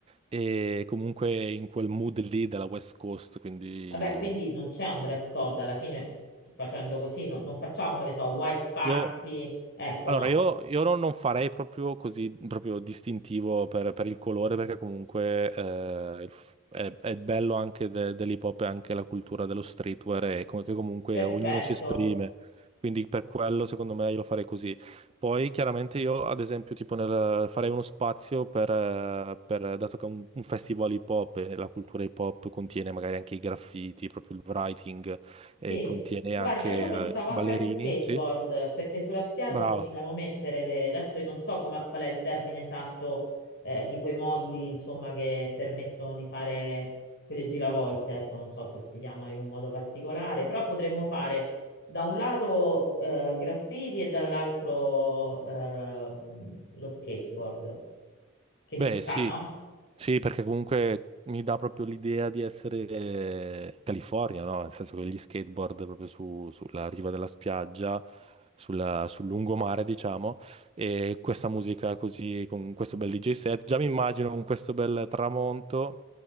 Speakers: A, on the right; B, on the left.
A: e comunque in quel mood lì della West Coast, quindi
B: Vabbè, quindi non c'è un dress code, alla fine s- facendo così non, non facciamo, che ne so, white party,
A: io
B: ecco
A: Allora,
B: no,
A: io, io non non farei proprio così proprio distintivo per, per il colore, perché comunque eh, il f- è, è il bello anche de- dell'hip hop e anche la cultura dello streetwear, e come, che comunque
B: perfetto.
A: ognuno si esprime. Quindi per quello, secondo me, io lo farei così. Poi, chiaramente, io, ad esempio, tipo nel- farei uno spazio per, eh, per- dato che è un, un festival hip hop e la cultura hip hop contiene magari anche i graffiti, proprio il writing, e
B: Sì,
A: contiene
B: guarda,
A: anche
B: io
A: eh,
B: pensavo anche
A: ballerini,
B: agli skateboard,
A: sì?
B: perché sulla spiaggia
A: Brava.
B: possiamo mettere le... Adesso io non so come- qual è il termine esatto eh, di quei moduli, insomma, che permettono di fare quelle giravolte, adesso non so se si chiamano in un modo particolare, però potremmo fare da un lato eh, graffiti e dall'altro ehm, lo skateboard, che
A: Beh,
B: ci sta,
A: sì.
B: no?
A: Sì, perché comunque mi dà proprio l'idea di essere eh, in California, no? Nel senso che gli skateboard proprio su- sulla riva della spiaggia, sulla- sul lungomare, diciamo, e questa musica così, con questo bel DJ set. Già mi immagino con questo bel tramonto